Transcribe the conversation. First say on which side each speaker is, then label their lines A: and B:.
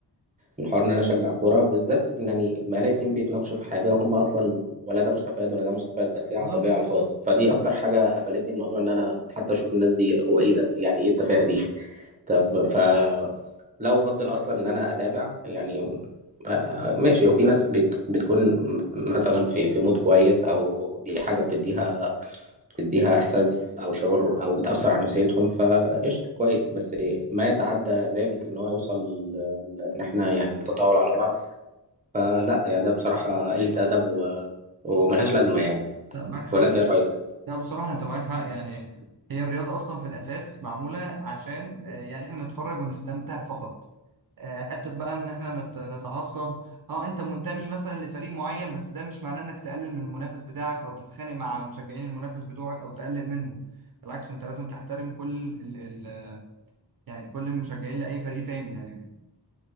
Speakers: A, on the right (about 20°); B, on the right (about 55°).
A: الحوار ان انا اشجع كوره بالذات إن يعني ما الاقي اتنين بيتناقشوا في حاجه وهم اصلا ولا ده مستفاد ولا ده مستفاد بس هي
B: بالظبط
A: عصبيه على الفاضي فدي اكتر حاجه قفلتني من موضوع ان انا حتى اشوف الناس دي هو ايه ده يعني ايه التفاهه دي <laughs> طب ف لا افضل اصلا ان انا اتابع يعني آه، ماشي وفي ناس بت... بتكون مثلا في في مود كويس او دي حاجه بتديها بتديها احساس او شعور او بتاثر على نفسيتهم فقشطه كويس بس ما يتعدى ذلك ان هو يوصل ل- ل- ان احنا يعني نتطاول على بعض فلا يا ده بصراحه قله ادب و... وملهاش لازمه يعني
B: لا معاك حق
A: ولا انت ايه رايك
B: لا بصراحة أنت معاك حق يعني هي الرياضة أصلا في الأساس معمولة عشان آه، يعني إحنا نتفرج ونستمتع فقط آه، حتة بقى إن إحنا نت- نتعصب أه أنت منتمي مثلا لفريق معين بس ده مش معناه إنك تقلل من المنافس بتاعك أو تتخانق مع مشجعين المنافس بتوعك أو تقلل منهم بالعكس أنت لازم تحترم كل ال ال يعني كل المشجعين لأي فريق تاني يعني